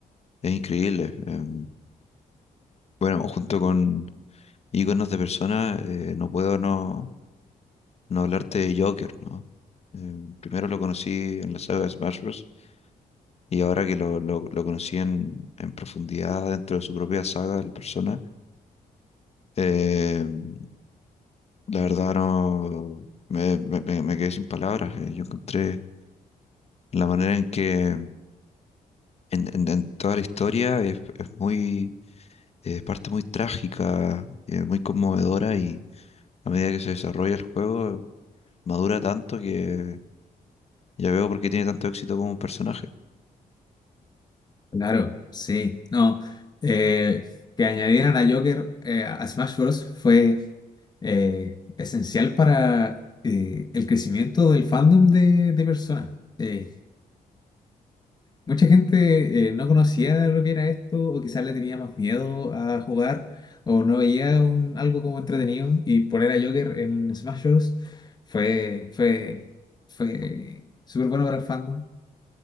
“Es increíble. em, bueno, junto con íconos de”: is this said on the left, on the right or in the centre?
Left